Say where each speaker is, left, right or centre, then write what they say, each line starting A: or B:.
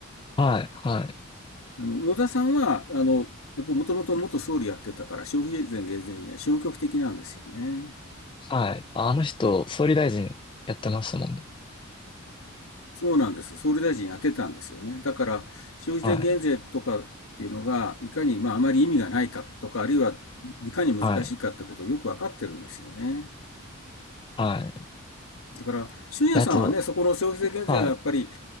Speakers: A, on the left (about 20°); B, on the left (about 75°).
A: はい。はい。
B: あの野田さんは、あの、もともと元総理やってたから、消費税減税には消極的なんですよね。
A: はい。あの人、総理大臣やってましたもんね。
B: そうなんです。総理大臣やってたんですよね。だから、消費税減税とかっていうのが、
A: はい。
B: いかに、まあ、あまり意味がないかとか、あるいは、いかに難しいかってことをよくわかってるんですよね。
A: はい。はい。
B: だから、俊也さんはね、
A: で、あと、
B: そこの消費税減税がやっぱり、
A: はい。